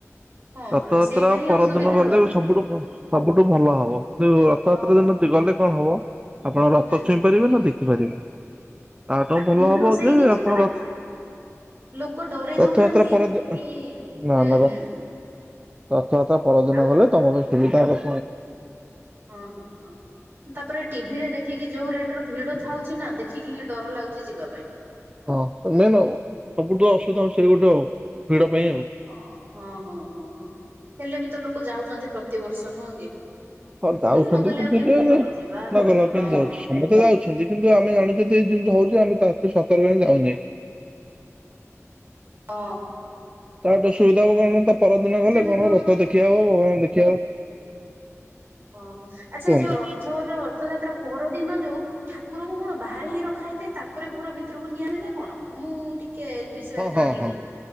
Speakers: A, on the right; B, on the right.
A: ହଁ
B: ରଥଯାତ୍ରା
A: ହଁ ସେଇଟା ହିଁ
B: ପରଦିନ
A: ଅସୁବିଧା
B: ଗଲେ
A: ହଉଛି।
B: ସବୁଠୁ ସବୁଠୁ ଭଲ ହବ। ଯୋଉ ରଥଯାତ୍ରା
A: ଓହୋ
B: ଦିନ ତିି
A: ହଁ
B: ଗଲେ କଣ ହବ ଆପଣ ରଥ
A: ହୁଁ।
B: ଛୁଇଁ ପାରିବେ ନା ଦେଖିପାରିବେ। ତାଠଉଁ
A: ଆ
B: ଭଲ ହବ
A: ହଁ ସେଇ
B: ଯେ
A: ଜିନିଷ
B: ଆପଣ
A: ପରା
B: ରଥ୍
A: ଲୋକ ଡରେଇ ଦଉନାହାନ୍ତି
B: ରଥଯାତ୍ରା ପର <unintelligible>
A: କି ହୁଁ ହୁଁ
B: ରଥଯାତ୍ରା ପରଦିନ
A: ଆଉ
B: ଗଲେ ତମ ପାଇଁ ସୁବିଧା ହବ <inaudible>
A: ହଁ ହଁ ହଁ। ତାପରେ ଟିଭି ରେ ଦେଖିକି ଯୋଉ ରେଟ ର ଭିଡ ଥାଉଛି ନା ଦେଖିକି ହିଁ ଡର ଲାଗୁଚି ଯିବା ପାଇଁ।
B: ହଁ ନାଇଁ ନ ସବୁଠ ଅସୁବିଧା ହଉଛି ସେଇ ଗୋଟେ ଭିଡ ପାଇଁ ଆଉ।
A: ହଁ ହଁ ହଁ ହଁ ହଁ ହେଲେ ବି ତ ଲୋକ ଯାଉଛନ୍ତି ପ୍ରତିିବର୍ଷ ନୁହଁ କି।
B: ହଁ ଯାଉଛନ୍ତି
A: ନଗଲେ ଆଉ
B: <unintelligible>
A: କେମିତି
B: ଯାଉଛନ୍ତି
A: ହବ ଯିବା ହଁ।
B: କିନ୍ତୁ ଆମେ ଜାଣଛନ୍ତି ଏଇ ଜିନିଷ ହଉଛି ଆମେ ତା ଥେ ସତର୍କ ହିଁ ଯାଉନାହିଁ।
A: ହଁ।
B: ତା ଗୋ ସୁବିଧା ହବ କଣ ତା ପରଦିନ
A: ଆଚ୍ଛା
B: ଗଲେ
A: ସେ
B: କଣ
A: ଯୋଉ
B: ହବ ରଥ ଦେଖି ହବ ଭଗବାନ ଦେଖିଆ
A: ଓହୋ ଆଚ୍ଛା
B: କୁହନ୍ତୁ।
A: ଏଇ ଯୋଉ ରଥର ରର୍ଥଯାତ୍ରା ପରଦିନ ଯୋଉ ଠାକୁରଙ୍କୁ କଣ ବାହାରେ ହିଁ ରଖା ହେଇଥାଏ ତାପରେ ଘର ଭିତରକୁ ନିଆହୁଏ ନା କଣ ମୁଁ ଟିକେ ବିଷୟରେ
B: ହଁ
A: ଜାଣିନି।
B: ହଁ ହଁ